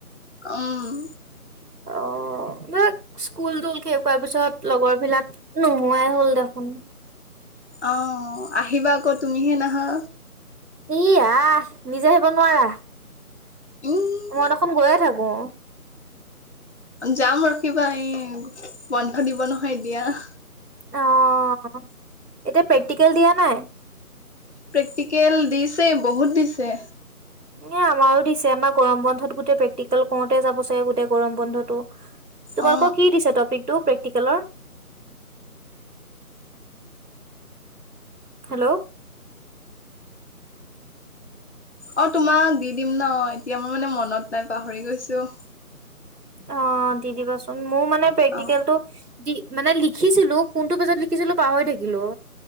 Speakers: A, on the left (about 45°); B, on the right (about 90°).
A: উম।
B: অ! বা স্কুল-তোল শেষ হোৱাৰ পিছত লগৰবিলাক নোহোৱাই হ'ল দেখোন।
A: অঁ আহিবা আকৌ তুমিহে নাহা?
B: ই আহ নিজে আহিব নোৱাৰা?
A: উম
B: মই দেখোন গৈয়ে থাকো।
A: যাম ৰখিবা এই বন্ধ দিব নহয় এতিয়া।
B: অঁ! এতিয়া প্ৰেক্টিকেল দিয়া নাই?
A: প্ৰেক্টিকেল দিছে বহুত দিছে।
B: এ আমাৰো দিছে আমাৰ গৰম বন্ধত গোটেই প্ৰেক্টিকেল কৰোতে যাব চাগে গোটেই গৰম বন্ধতটো। তোমালোকৰ
A: অ
B: কি দিছে টপিকটো প্ৰেক্টিকেলৰ? হেল্ল'
A: অ তোমাক দি দিম ন এতিয়া মোৰ মানে মনত নাই পাহৰি গৈছো।
B: অ দি দিবাচোন মোৰ মানে প্ৰেক্টিকেলটো
A: অ
B: দি- মানে লিখিছিলো কোনটো পেজত লিখিছিলো পাহৰি থাকিলো।